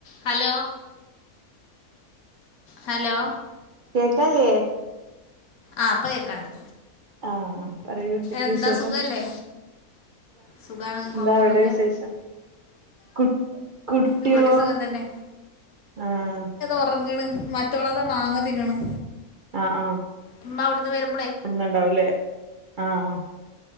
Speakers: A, on the left; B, on the right.
A: Hello hello
B: കേക്കാലേ
A: ആ ഇപ്പം കേക്കാണ്ട്
B: ആഹ് പറയൂ എന്തൊക്കെ
A: എന്താ
B: വിശേഷം
A: സുഖല്ലേ സുഖാണ് കൊഴപ്പൊന്നുല്ല
B: എന്താ അവിടെ വിശേഷം കു കുട്ടിയോ
A: ഇവിടെം സുഖം തന്നെ
B: ആഹ്
A: ഉറങ്ങണ് മറ്റുള്ളത് മാങ്ങ തിന്നണ്
B: ആഹ് ആഹ്
A: അമ്മാ അവിടുന്ന് വരും
B: ന്നുണ്ടാവല്ലേ ആഹ്